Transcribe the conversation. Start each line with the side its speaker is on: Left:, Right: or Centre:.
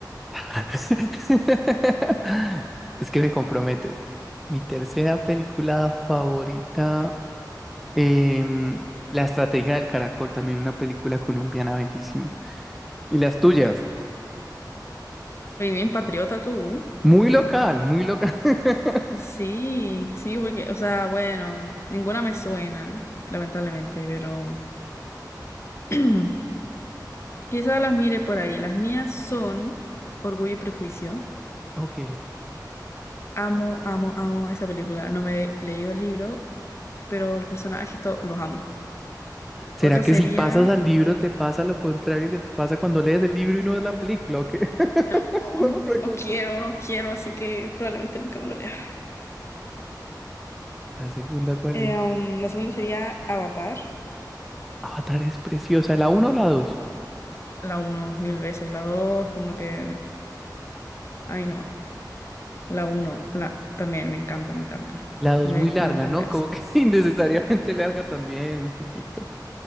Centre: <laughs> Es que me comprometes. Mi tercera película favorita, em, La estrategia del caracol, también una película colombiana bellísima. Y las tuyas,
Left: Muy bien, patriota tú.
Centre: muy local, muy local. <laughs>
Left: Sí, sí, porque, o sea, bueno, ninguna me suena, lamentablemente, pero <clears throat> quizás las mire por ahí. Las mías son Orgullo y Prejuicio.
Centre: Ok.
Left: Amo, amo, amo esa película. No me he leído el libro, pero los personajes to- los amo.
Centre: ¿Será
Left: Otra
Centre: que
Left: sería,
Centre: si pasas al libro te pasa lo contrario que te pasa cuando lees el libro y no ves la película? ¿O qué? <laughs>
Left: no,
Centre: No
Left: no,
Centre: lo pregunto.
Left: no quiero, no quiero, así que probablemente nunca me lo lea.
Centre: ¿La segunda cuál
Left: Eh,
Centre: es?
Left: um, la segunda sería Avatar.
Centre: Avatar es preciosa. ¿La uno o la dos?
Left: La uno mil veces, la dos como que, ay no, la uno la también me encanta, me encanta.
Centre: La dos
Left: La
Centre: muy
Left: he visto
Centre: larga,
Left: un montón
Centre: ¿no?
Left: de veces.
Centre: Como que <laughs> innecesariamente larga también, un poquito.